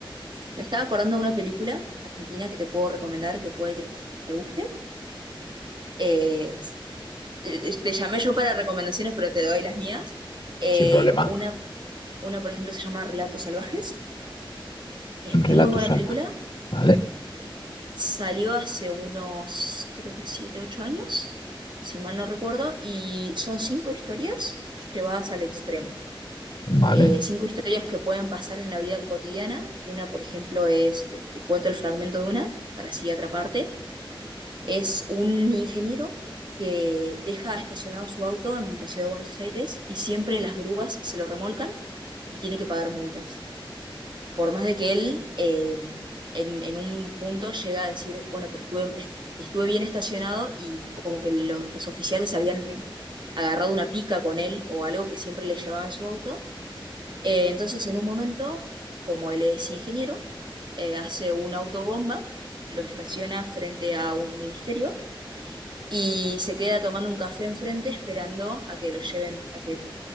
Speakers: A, on the right (about 55°); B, on the left (about 65°).
A: Me estaba acordando de una película argentina que te puedo recomendar, que puede que te guste. Eh, eh, te llamé yo para recomendaciones, pero te doy las mías. Eh,
B: Sin problema.
A: una, una, por ejemplo, se llama Relatos Salvajes. Es
B: Un
A: muy
B: Relato
A: buena
B: salvaje.
A: película.
B: Vale,
A: Salió hace unos, creo que siete, ocho años, si mal no recuerdo, y son cinco historias llevadas al extremo.
B: vale.
A: Eh, cinco historias que pueden pasar en la vida cotidiana. Una, por ejemplo, es, te te cuento el fragmento de una, para así atraparte. Es un ingeniero que deja estacionado su auto en la ciudad de Buenos Aires y siempre las grúas se lo remolcan y tiene que pagar multas. Por más de que él eh, en, en un punto llega a decir, bueno, pero estuve, est- estuve bien estacionado y como que lo- los oficiales habían agarrado una pica con él o algo que siempre le llevaban su auto. Eh, entonces en un momento, como él es ingeniero, eh, hace una autobomba, lo estaciona frente a un ministerio y se queda tomando un café enfrente esperando a que lo lleven, a que